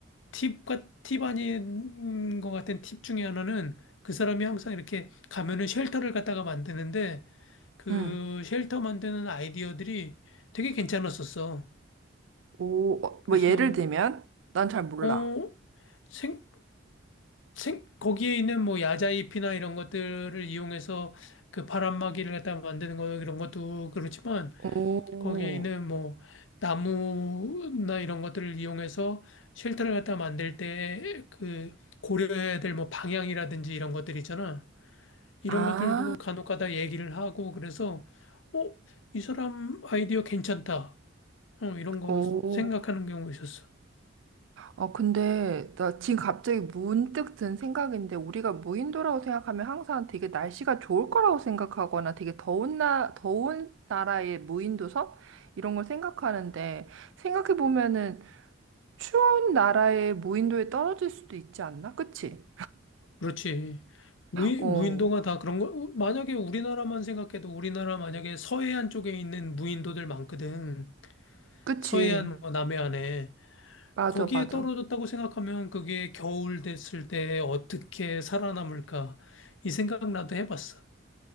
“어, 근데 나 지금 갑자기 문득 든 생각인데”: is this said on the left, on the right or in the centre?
Right